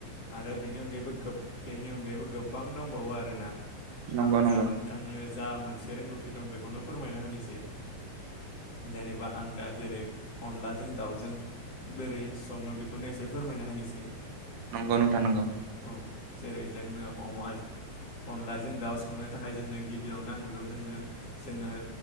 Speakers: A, on the left (about 45°); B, on the right (about 70°).
A: आरो बेनि अनगायैबो बेनि अनगायैबो गोबां दंबावो आरोना आं
B: नंगौ
A: दा
B: नोंथां
A: नोंथांनो जा मोनसे रोंगौथि दं बेखौनो फोरमायना होनोसै जेनेबा आं दा जेरै अनलाजों दाउजों बोरै सङो बेखौनो एसे फोरमायना होनोसै
B: नंगौ नोंथां नंगौ
A: औ जेरै जोंनो अनलाजों दाउ संनो थाखाय जोंनो गिबियावनो नांग्रोगौ जो जोङो